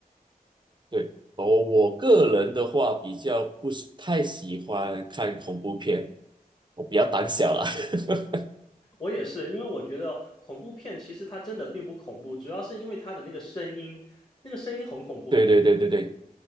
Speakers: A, on the right (about 30°); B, on the left (about 30°).
A: 对，我我个人的话比较不是太喜欢看恐怖片，我比较胆小啦。<laughs>
B: 我也是，因为我觉得恐怖片其实它真的并不恐怖，主要是因为它的那个声音，那个声音很恐怖。
A: 对对对对对